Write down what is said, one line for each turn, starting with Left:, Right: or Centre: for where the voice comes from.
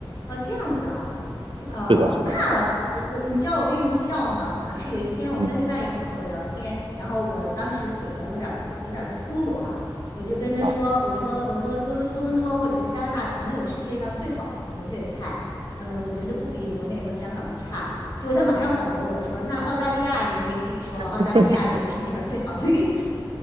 Left: 哦这样子啊，哦，
Right: 是的，是的，
Left: 那我我你知道我为什么笑吗？是有一天我跟另外一个朋友聊天，
Right: 嗯
Left: 然后我当时嘴巴有点儿有点儿秃噜哈，我就跟他说，
Right: 啊，
Left: 我说我说多伦多伦多或者是加拿大可能有世界上最好的粤菜，呃，我觉得不比国内和香港的差。结果他马上反驳我说，那澳大利亚人也可以说澳大利亚有世界上最好的粤菜。
Right: <laughs>